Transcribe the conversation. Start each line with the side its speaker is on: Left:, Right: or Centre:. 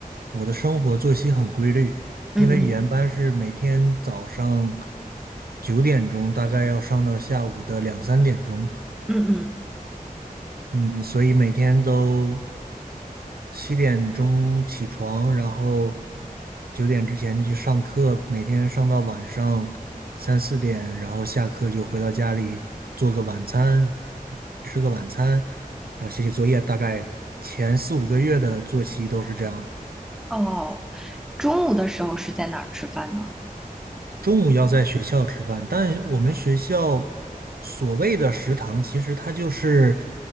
Right: 我的生活作息很规律，
Centre: 嗯嗯
Right: 因为语言班是每天早上九点钟，大概要上到下午的两三点钟。
Centre: 嗯嗯，
Right: 嗯，所以每天都七点钟起床，然后九点之前就去上课，每天上到晚上三四点，然后下课就回到家里做个晚餐，吃个晚餐，然后写写作业，大概前四五个月的作息都是这样的。
Centre: 哦，中午的时候是在哪儿吃饭呢？
Right: 中午要在学校吃饭，但我们学校所谓的食堂，其实它就是